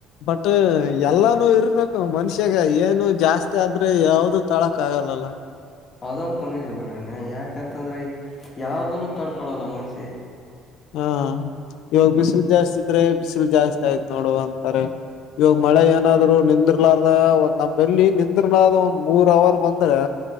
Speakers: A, on the left; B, on the left.
A: ಬಟ್ ಎಲ್ಲಾನು ಇರ್ಬೇಕು ಮನುಷ್ಯಾಗ ಏನು ಜಾಸ್ತಿ ಆದ್ರೆ ಯಾವ್ದು ತಳಕ್ ಆಗಲ್ಲಲ್ಲ
B: ಅದಂತ ತನ ಬಿೇಡ್ರಿ ನೀ ಯಾಕಂತಂದ್ರೆ ಯಾವ್ದನು ತಡ್ಕೊಳಲ್ಲ ಮನ್ಸೆ
A: ಹಾ ಇವಾಗ ಬಿಸಿಲು ಜಾಸ್ತಿ ಇದ್ರೆ ಬಿಸಿಲು ಜಾಸ್ತಿ ಆಯ್ತ್ ನೋಡು ಅಂತಾರೆ ಇವಾಗ ಮಳೆ ಏನಾದ್ರು ನಿಂದ್ರಲಾರ ಒ್ ನಮ್ಮ್ ಎಲ್ಲಿ ನಿಂದಿಲಾರ ಒ ಮೂರ್ ಅವರ್ ಬಂದ್ರೆ